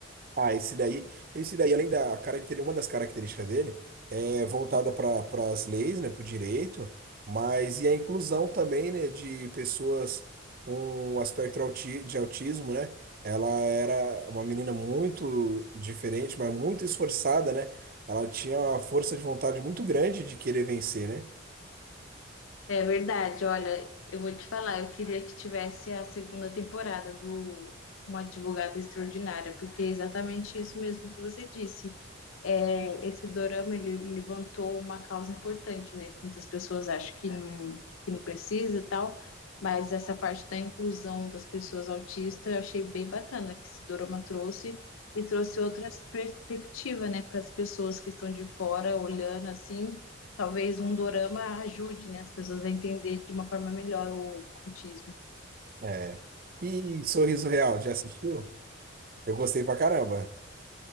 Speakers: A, on the right; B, on the left.
A: Ah, esse daí, esse daí, além da característica, uma das características dele é voltada para as leis, né, para o direito, mas e a inclusão também, né, de pessoas com um aspecto auti- de autismo, né? Ela era uma menina muito diferente, mas muito esforçada, né? Ela tinha uma força de vontade muito grande de querer vencer, né?
B: É verdade, olha, eu vou te falar, eu queria que tivesse a segunda temporada do Uma Advogada Extraordinária, porque é exatamente isso mesmo que você disse é, esse dorama ele levantou uma causa importante, né? Muitas pessoas acham que não, que não precisa e tal, mas essa parte da inclusão das pessoas autistas eu achei bem bacana que esse dorama trouxe e trouxe outras perspectivas, né, para as pessoas que estão de fora olhando assim. Talvez um dorama ajude, né, as pessoas a entender de uma forma melhor o autismo.
A: É. E Sorriso Real, já assistiu? Eu gostei pra caramba.